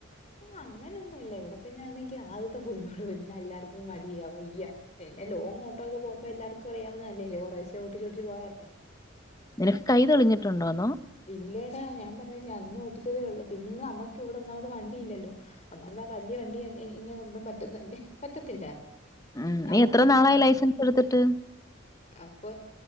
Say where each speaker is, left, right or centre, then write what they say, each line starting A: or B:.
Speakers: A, on the left; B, on the left.
A: ആഹ് അങ്ങനെ ഒന്നുല്ല ഇവടെ പിന്നെ ഒന്നങ്കി ആദ്യത്തെ പുതുമൊള്ളൂ പിന്നല്ലാർക്കും മടിയാ വയ്യ. പിന്നെ ലോങ് ഓട്ടോ ഒക്കെ പോകുമ്പോ എല്ലാർക്കും അറിയാവുന്നല്ലേ ത് കുറേശെ ഓട്ടിച്ചോടിച്ച് പോയല്ലേ.
B: നിനക്ക് കൈ തെളിഞ്ഞിട്ടുണ്ടോന്നോ.
A: ഇല്ലെടാ ഞാൻ പർഞ്ഞില്ലേ അന്ന് ഓട്ടിച്ചതേ ഒള്ളൂ പിന്നെ നമ്മക്ക് ഇവടെ ഒന്നാമത് വണ്ടി ഇല്ലല്ലോ ഒന്നാമത് ആ വല്ല്യ വണ്ടി എന്നെ എന്നേ കൊണ്ടൊന്നും പറ്റ പറ്റത്തില്ല
B: ഉം നീ
A: അത്
B: എത്ര
A: കാരണം
B: നാളായി ലൈസൻസ് എടുത്തിട്ട്
A: അപ്പ